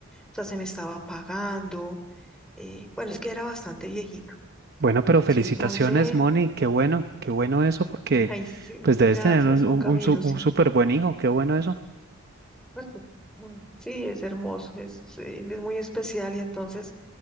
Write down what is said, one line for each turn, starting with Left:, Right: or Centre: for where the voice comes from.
Centre: O sea, se me estaba apagando, eh, bueno, es que era bastante viejito.
Right: Bueno, pero felicitaciones,
Centre: Y entonces,
Right: Moni, qué bueno, qué bueno eso, porque
Centre: <laughs> ay, sí,
Right: pues
Centre: gracias
Right: debes tener un,
Centre: Juan
Right: un,
Centre: Camilo,
Right: un su-
Centre: sí.
Right: un súper buen hijo, qué bueno eso.
Centre: <laughs> Sí, es hermoso, es, eh, él es muy especial y entonces